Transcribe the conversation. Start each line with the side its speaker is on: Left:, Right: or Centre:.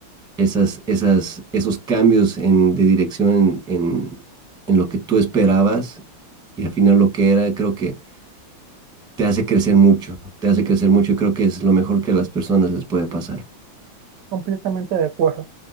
Centre: esas, esas, esos cambios en, de dirección en, en, en lo que tú esperabas y al final lo que era, creo que te hace crecer mucho, te hace crecer mucho y creo que es lo mejor que a las personas les puede pasar.
Right: completamente de acuerdo.